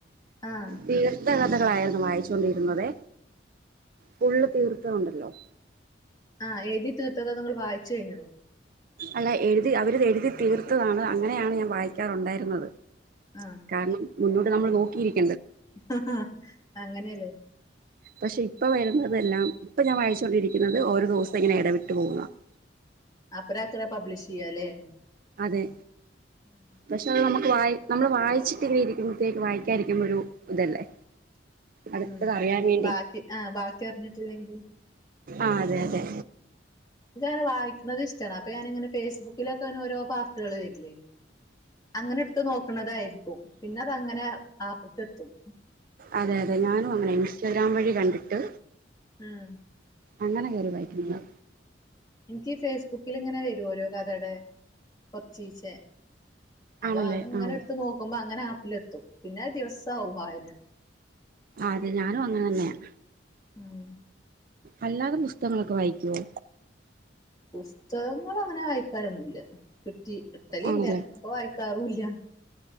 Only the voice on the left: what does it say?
ആഹ്
ആഹ് എഴുതി തീർത്തതാ നിങ്ങൾ വായിച്ചു കഴിഞ്ഞതോ
ആഹ്
ഹ ഹാ അങ്ങനെയല്ലേ
അപ്പറം അക്കര പബ്ലിഷ് ചെയ്യാലേ
ഉം
ഉം
ബാക്കി ആഹ് ബാക്കി അറിഞ്ഞിട്ടില്ലെങ്കിൽ
എനക്ക്നെ വായിക്കുന്നത് ഇഷ്ടമാണ് അപ്പൊ ഞാനിങ്ങനെ ഫേസ്ബുക്കിലൊക്കെ ഓരോ പാർട്ടുകൾ വരില്ലേ അങ്ങനെ എടുത്ത് നോക്കണതായിരിക്കും പിന്നെ അത് അങ്ങനെ ആപ്പക്കെത്തും
ഉം
എനിക്ക് ഫേസ്ബുക്കിൽ ഇങ്ങനെ വരും ഓരോ കഥയുടെ കൊറച്ചീച്ച അപ്പൊ
അത് ഇങ്ങനെ
എടുത്ത് നോക്കുമ്പോ അങ്ങനെ ആപ്പിലെത്തും പിന്നെ ദിവസ ആവും വായന
ഉം
പുസ്തകങ്ങൾ അങ്ങനെ വായിക്കാനൊന്നുമില്ല കിട്ടി കിട്ടലില്ല
അപ്പൊ വായിക്കാറുമില്ല ഞാ